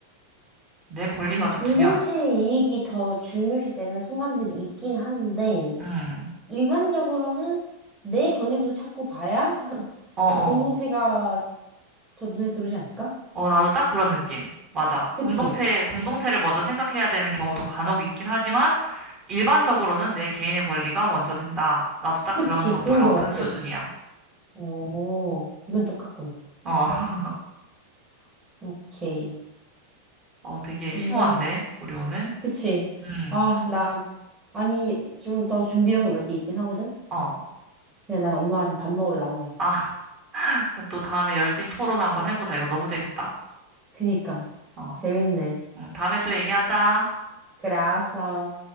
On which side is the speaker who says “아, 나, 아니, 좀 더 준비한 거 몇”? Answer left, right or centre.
Right